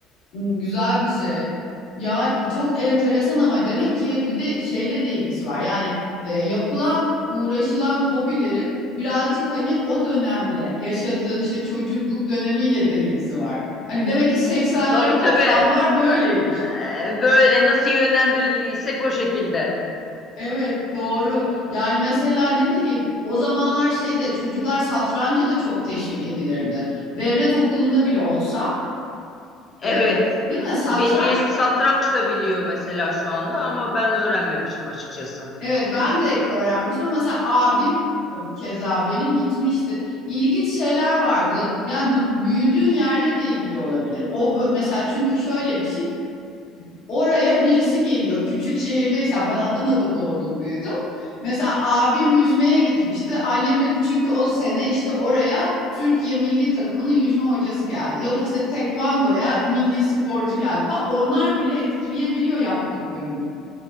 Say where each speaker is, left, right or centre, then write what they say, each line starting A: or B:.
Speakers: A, on the left; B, on the left.
A: m, güzel bir şey. Ya çok enteresan ama demek ki bir de şeyle de ilgisi var. Yani e, yapılan uğraşılan hobilerin birazcık hani o dönemle yaşadığın işte çocukluk dönemiyle de ilgisi var. Hani demek ki 80'ler
B: Tabii
A: 90'lar
B: tabii.
A: böyleymiş.
B: Na- e, böyle nasıl yönlendirildiysek o şekilde.
A: Evet doğru. Yani mesela ne bileyim o zamanlar şey de çocuklar satranca da çok teşvik edilirdi. Devlet okulunda bile olsa
B: Evet.
A: e, değil mi? Satranç
B: Benim yeğenim satranç da biliyor mesela şu anda ama ben öğrenmemiştim açıkçası.
A: evet ben de öğrenmemiştim ama mesela abim e, keza benim gitmişti. İlginç şeyler vardı. Yani du- büyüdüğün yerle de ilgili olabilir. O bö- mesela çünkü şöyle bir şey oraya birisi geliyor. Küçük şehirdeysem ben Adana'da doğdum büyüdüm. Mesela abim yüzmeye gitmişti. Annem diyor ki çünkü o sene işte oraya Türkiye milli takımının yüzme hocası geldi. Yok işte tekvandoya milli sporcu geldi falan. Onlar bile etkileyebiliyor yaptıklarını.